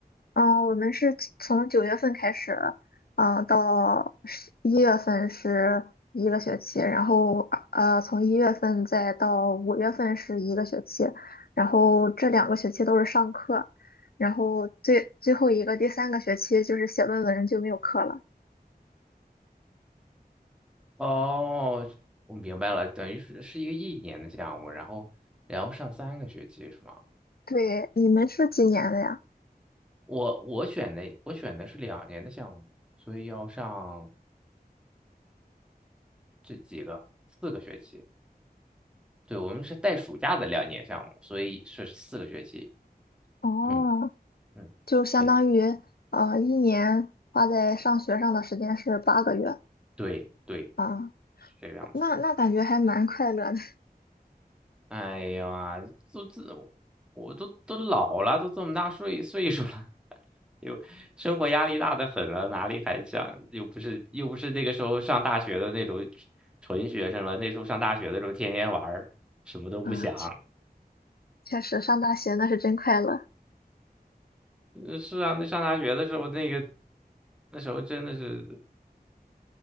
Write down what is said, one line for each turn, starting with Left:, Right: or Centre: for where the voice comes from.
Left: 嗯，呃我们是从九月份开始，啊，到十一月份是一个学期，然后呃，从一月份再到五月份是一个学期，然后这两个学期都是上课，然后最最后一个第三个学期就是写论文就没有课了。
Centre: 哦，我明白了，等于是是一个一年的项目，然后然后上三个学期是吗？
Left: 对，你们是几年的呀？
Centre: 我我选的我选的是两年的项目，所以要上这几四个学期。对，我们是带暑假的两年项目，所以是四个学期。
Left: 哦，
Centre: 嗯嗯，
Left: 就相当于
Centre: 对
Left: 呃一年花在上学上的时间是八个月
Centre: 对对，
Left: 啊，
Centre: 是这个样子。
Left: 那那感觉还蛮快乐的
Centre: 哎呀，都这我都都老了，都这么大岁岁数了，<laughs> 又生活压力大的很了，哪里还想又不是又不是那个时候上大学的那种纯学生了，那时候上大学的时候天天玩儿，什么都不想。
Left: 啊。确实，上大学那是真快乐
Centre: 嗯，是啊，那上大学的时候，那个那时候真的是，